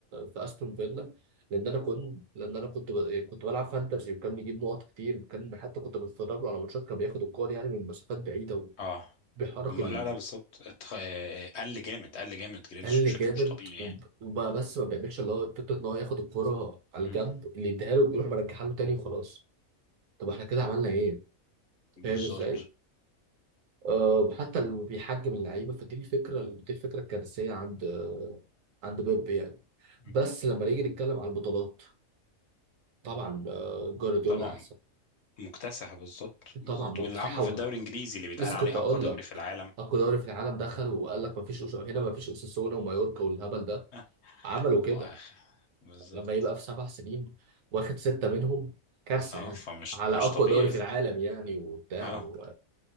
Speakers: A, on the right; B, on the left.
A: في استون فيلا لان انا كنت لان انا كنت ب- كنت بلعب فانتزي وكان بيجيب نقط كتير وكان حتى كنت بتفرج له على ماتشات كان بياخد الكور يعني من مسافات بعيده
B: اه
A: وبيحرك
B: م-
A: القل
B: لا لا بالظبط اتخ- آه، آه، قل جامد قل جامد جريليش
A: جامد
B: بشكل مش طبيعي
A: وب-
B: يعني
A: وبقى بس ما بيعملش اللي هو فكره ان هو ياخد الكوره على الجنب
B: مم.
A: اللي يديها له ويروح مرجعها له تاني وخلاص طب احنا كده عملنا ايه؟
B: بالظبط
A: فاهم ازاي؟ أه حتى لو بيحجم اللعيبه فدي الفكره دي الفكره الكارثيه عند آه، عند بيب يعني
B: مم.
A: بس لما نيجي نتكلم على البطولات طبعا آه، جوارديولا
B: طبعا
A: احسن
B: مكتسح بالظبط بالظبط
A: طبعا مكتسح
B: واللي عامله
A: حول
B: في الدوري الانجليزي اللي بيتقال
A: لسه
B: عليه
A: كنت اقول
B: اقوى دوري
A: لك
B: في العالم
A: اقوى دوري في العالم دخل وقال لك مفيش أس... هنا مفيش اوساسونا ومايوركا والهبل ده
B: <laughs>
A: عملوا
B: واخ
A: كده
B: بالظبط
A: لما يبقى في سبع سنين واخد سته منهم كارثه
B: اه
A: يعني
B: فمش
A: على
B: مش
A: اقوى
B: طبيعي
A: دوري في
B: صح
A: العالم يعني وبتاع
B: اه
A: و...